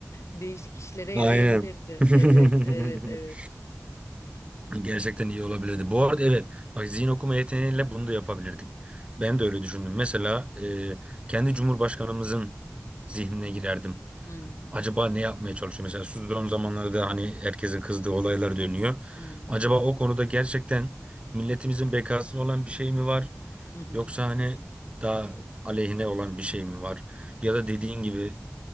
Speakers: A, on the left; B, on the right.
A: Değişik işlere yarayabilirdi.
B: Aynen. <laughs>
A: Evet, evet, evet.
B: Gerçekten iyi olabilirdi. Bu arada evet bak zihin okuma yeteneğiyle bunu da yapabilirdik. Ben de öyle düşündüm. Mesela e, kendi Cumhurbaşkanımızın zihnine girerdim.
A: Hmm,
B: Acaba ne yapmaya çalışıyor? Mesela son zamanlarda hani herkesin kızdığı olaylar dönüyor.
A: hmm,
B: Acaba o konuda gerçekten milletimizin bekasına olan bir şey mi var?
A: hı hı,
B: Yoksa hani daha aleyhine olan bir şey mi var? Ya da dediğin gibi